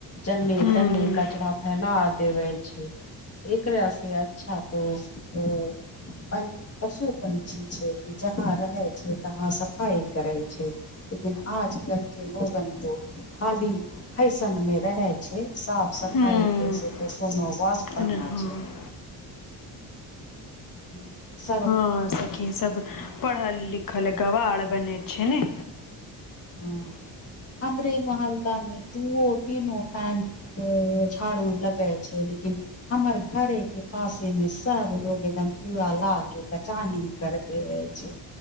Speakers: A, on the left; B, on the left.
A: जन्ने
B: हम्म
A: तने, कचरा फैला देवे छै। एकरा से अच्छा तो ओ अन पशु -पंछी छै, कि जहाँ रहै छै तहाँ सफाइ करै छै। लेकिन आज कल के लोगन तो, खाली फैशन मे रहे छै। साफ- सफाइ
B: हम्म
A: के से त, कोनो वास्ता
B: ने
A: ना
B: हँ
A: छै। हुं सा <unintelligible>
B: हँ सखी सब, पढ़ल -लिखल गवार बने छै ने।
A: ह हमरे मोहल्ला मे, दूओ, तीनो, टाइम ओ झाड़ू लगए छै, लेकिन हमर घरे के पासे मे सब लोग एकदम, कूड़ा ला के कचाहीन करे। देैवे छै,